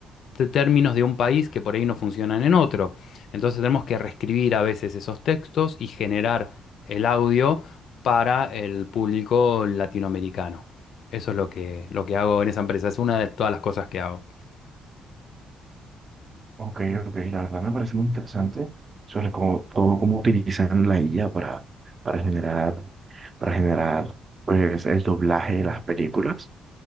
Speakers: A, on the left; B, on the right.
A: t- términos de un país que por ahí no funcionan en otro. Entonces tenemos que reescribir a veces esos textos y generar el audio para el público latinoamericano. Eso es lo que, lo que hago en esa empresa. Es una de todas las cosas que hago.
B: Ok, ok, la verdad me parece muy interesante sobre cómo, todo cómo utilizan la IA para, para generar, para generar pues el doblaje de las películas.